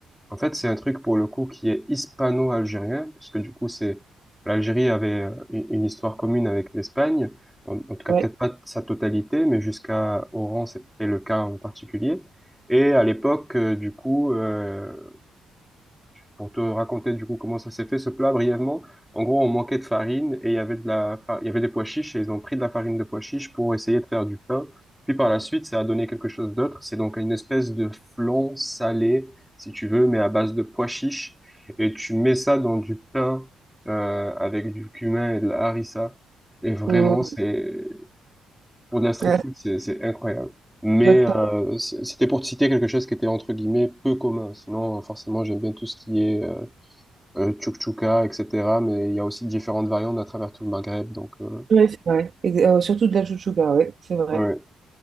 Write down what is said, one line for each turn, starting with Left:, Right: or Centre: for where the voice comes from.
Centre: En fait, c'est un truc pour le coup qui est hispano-algérien, puisque du coup, c'est l'Algérie avait euh, une une histoire commune avec l'Espagne, en, en tout cas
Right: Ouais.
Centre: peut-être pas sa totalité, mais jusqu'à Oran, c'était le cas en particulier. Et à l'époque, euh, du coup, euh, pour te raconter du coup comment ça s'est fait ce plat brièvement, en gros on manquait de farine et il y avait de la fa- il y avait des pois chiches et ils ont pris de la farine de pois chiches pour essayer de faire du pain. Puis par la suite ça a donné quelque chose d'autre. C'est donc une espèce de flan salé si tu veux, mais à base de pois chiches et tu mets ça dans du pain euh, avec du cumin et de la harissa. Et vraiment
Right: Hmm.
Centre: c'est pour de la street
Right: Ouais,
Centre: food
Right: ça
Centre: c'est c'est incroyable. Mais
Right: doit être
Centre: euh,
Right: pas-
Centre: c- c'était pour te citer quelque chose qui était entre guillemets peu commun. Sinon, euh, forcément, j'aime bien tout ce qui est euh, euh, tchouk-tchouka, etc. Mais il y a aussi différentes variantes à travers tout le Maghreb. Donc, euh,
Right: ouais, c'est vrai. Et, euh, surtout de la chouchouka, ouais, c'est vrai.
Centre: ouais.